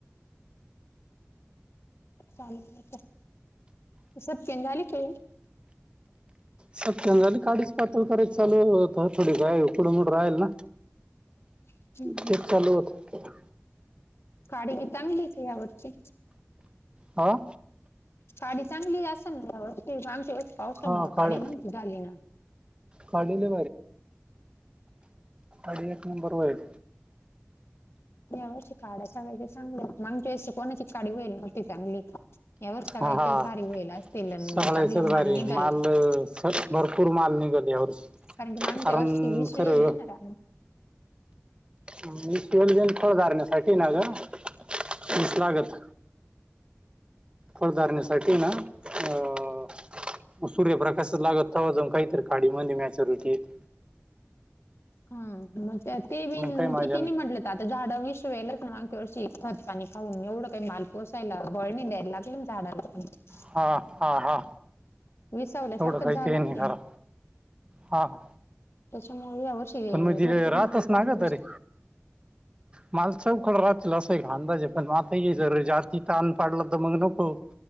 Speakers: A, on the left (about 60°); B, on the right (about 20°).
A: चालू अस केन झाले तुझ?
B: सत्यन झाली काडीच पात्र करा चालूता थोडी काय उकडमड राहील ना?
A: खेळी
B: ते चालू होतं.
A: काळी घीता चंगलीस यावरर्षी.
B: हा
A: पाडी चांगली असेल ना? मागच्या वर्षी पावसामुळे
B: का काढ
A: काढी नव्हती झाली ना?
B: काढलेले अडी एक नंबर वयल.
A: यावची काडा सांगायचे चांगलं मग त अशी कोणाची काडी होईल नती चांगली. यावर्षी सगळ्याच्याच
B: हा
A: भारी होईल असतील
B: सगळयचच
A: चांगला
B: भारी
A: निघल
B: माल भरपूर माल निघत. यावर्षी.
A: कारण की मागच्या
B: कारण
A: वर्षी विष
B: खरं
A: येल ना रा
B: मी केवल बन थोड जाारण्यासाठी ना ग मीस लागत. फळधारणीसाठी ना अ सूर्यप्रकाशात लागत. तवा जाऊन काहीतरी काडी म्ह मॅचरुटी येत.
A: हा मग त्या ते बि
B: काही माझ्या
A: किती
B: नाही
A: म्हटल तर आता झाड विष वेलच मग मागच्या वर्षी खतपाणी खाऊन एवढं काही माल पोसायला बळणी द्याय लागल ना झाडाला प <unintelligible>
B: हा हा हा
A: विसावल्यासारखंच
B: एवढं काही
A: झालं
B: ते नाही
A: ना
B: खरा हं
A: <unintelligible>
B: पण मग तीत
A: भरपूर
B: राहतस
A: माल राहिला
B: ना ग तरी
A: बस
B: मल चौकड राहतीलल असं का अंदाजे पण मताा ये जर जाती तान पाडलं तर मग नको